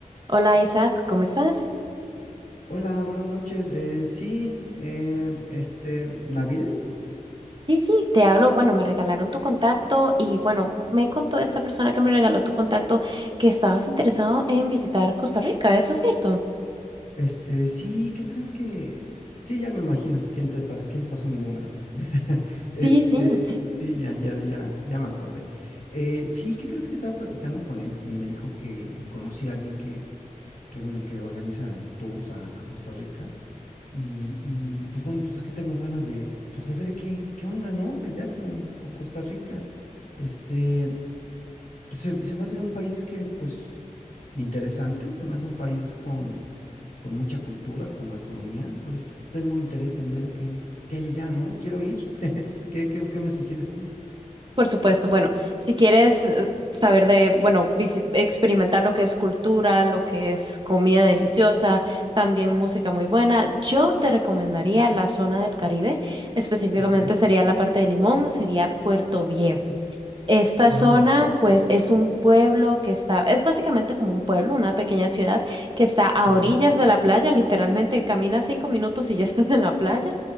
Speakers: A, on the right (about 35°); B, on the left (about 80°).
A: Hola Isaac, ¿cómo estás?
B: Hola, buenas noches. Eh, sí, eh, este, ¿Navide?
A: Sí, sí, te hablo. Bueno, me regalaron tu contacto y bueno, me contó esta persona que me regaló tu contacto que estabas interesado en visitar Costa Rica, ¿eso es cierto?
B: Este, sí, ¿qué crees que...? Sí, ya me imagino. ¿Quién te pasó, quién te pasó mi número? <laughs> Este,
A: Sí, sí.
B: sí, ya, ya, ya, ya me acordé. Eh, sí, ¿qué crees que estaba platicando con él y me dijo que conocí a alguien que, que bueno, que organiza tours a, a Costa Rica y, y, pues bueno, pues es que tengo ganas de, pues de ver qué, qué onda, ¿no? Allá con, con Costa Rica. Este... Se, se me hace un país que, pues, interesante, se me hace un país con, con mucha cultura, con gastronomía, entonces pues, tengo interés en ver qué, qué hay allá, ¿no? Quiero ir. <laughs> ¿Qué, qué, qué me sugieres tú?
A: Por supuesto, bueno, si quieres eh, saber de, bueno, visi- experimentar lo que es cultura, lo que es comida deliciosa, también música muy buena, yo te recomendaría la zona del Caribe, específicamente
B: Ok,
A: sería la parte de Limón, sería Puerto Viejo. Esta
B: Ah,
A: zona,
B: ok,
A: pues, es un pueblo que está, es básicamente como un pueblo, una pequeña ciudad que está a
B: ok.
A: orillas de la playa, literalmente caminas cinco minutos y ya <laughs> estás en la playa.